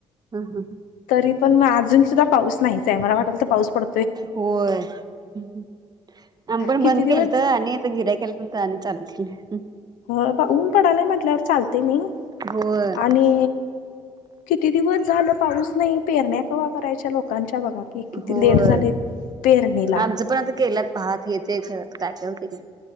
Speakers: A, on the right; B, on the left.
A: ह ह
B: तरी पण म अजून सुद्धा पाऊस नाहीच आहे. मला वाटल तर पाऊस पड
A: होय. आमी पण
B: किती
A: बंद
B: दिवस
A: केलंत, आणि आता गिरायक यायल्यात आणि चालू केलं.
B: हो बा. ऊन पडालाय म्हटल्यावर चालतय नवं
A: होय
B: आणि किती दिवस झालं पाऊस नाही, पेरण्या कवा करायच्या लोकांच्या बघा की, किती
A: होय
B: लेट झालय पेरणीला.
A: आमचं पण आता केल्यात भात हे ते खरच काय काय होते काय?